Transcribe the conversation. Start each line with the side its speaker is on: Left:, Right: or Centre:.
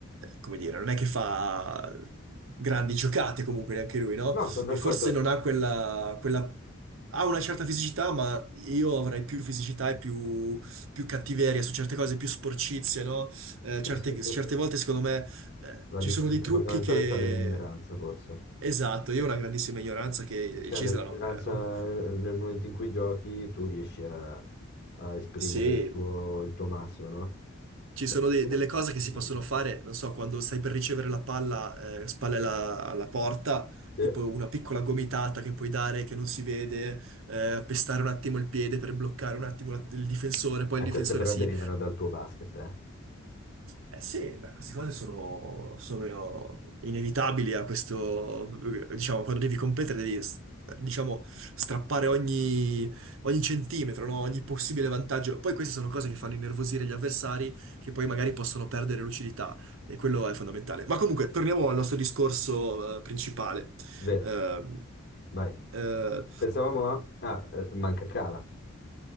Right: come dire, non è che fa grandi giocate comunque neanche lui, no?
Left: No, sono d'accordo.
Right: e forse non ha quella, quella... ha una certa fisicità, ma io avrei più fisicità e più, più cattiveria su certe cose, più sporcizie, no? Eh,
Left: Sì,
Right: certe,
Left: sì, sì,
Right: certe
Left: sì,
Right: volte,
Left: sì.
Right: secondo me, eh,
Left: La
Right: ci
Left: differenza
Right: sono dei trucchi
Left: fondamentale
Right: che...
Left: sta nell'ignoranza, forse.
Right: Esatto, io ho una grandissima ignoranza che il
Left: Cioè,
Right: Cesare,
Left: nell'ignoranza,
Right: no, eh, non-
Left: eh, nel momento in cui giochi, tu riesci a, a esprimere
Right: sì,
Left: il tuo, il tuo massimo, no?
Right: Ci
Left: Perché
Right: sono de-
Left: magari
Right: delle cose
Left: ti dimentichi.
Right: che si possono fare, non so, quando stai per ricevere la palla, eh, spalle alla, alla porta,
Left: Sì.
Right: tipo una piccola gomitata che puoi dare che non si vede, eh, pestare un attimo il piede per bloccare un attimo la- il difensore, poi
Left: Ah,
Right: il difensore
Left: queste però
Right: si
Left: derivano dal tuo basket, eh.
Right: eh sì, beh, queste cose sono, sono inevitabili a questo, diciamo, quando devi competere devi, diciamo, strappare ogni, ogni centimetro, no? Ogni possibile vantaggio. Poi queste sono cose che fanno innervosire gli avversari, che poi magari possono perdere lucidità, e quello è fondamentale. Ma comunque, torniamo al nostro discorso, eh, principale.
Left: Vero,
Right: Ehm,
Left: vai.
Right: eh,
Left: Pensavamo a... Ah, eh, manca Cala.